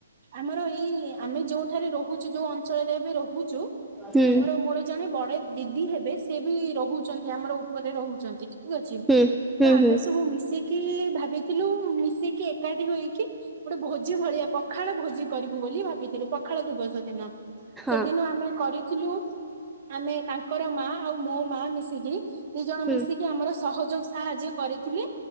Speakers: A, on the right; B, in the centre.
A: ଆମର ଏଇ ଆମେ ଯୋଉଠାରେ ରହୁଛୁ ଯୋଉ ଅଞ୍ଚଳରେ ଏବେ ରହୁ <unintelligible>
B: ହୁଁ
A: ଆମର ମୋର ଜଣେ ବଡେ ଦିଦି ହେବେ, ସେ ବି ରହୁଛନ୍ତି ଆମର ଉପରେ ରହୁଛନ୍ତି। ଠିକ ଅଛି,
B: ହୁଁ
A: ତ
B: ହୁଁ
A: ଆମେ
B: ହୁଁ।
A: ସବୁ ମିଶିକି ଭାବିଥିଲୁ ମିଶେଇକି ଏକାଠି ହେଇକି ଗୋଟେ ଭୋଜି ଭଳିଆ, ପଖାଳ ଭୋଜି କରିବୁ ବୋଲି ଭାବିଥିଲୁ, ପଖାଳ ଦିବସ ଦିନ।
B: ହଁ
A: ସେଦିନ ଆମେ କରି ଥିଲୁ, ଆମେ ତାଙ୍କର ମା ଆଉ ମୋ ମା ମିଶିକି ଦି ଜଣ
B: ହୁଁ
A: ମିଶି କି ଆମର ସହଯୋଗ ସାହାଯ୍ୟ କରିଥିଲି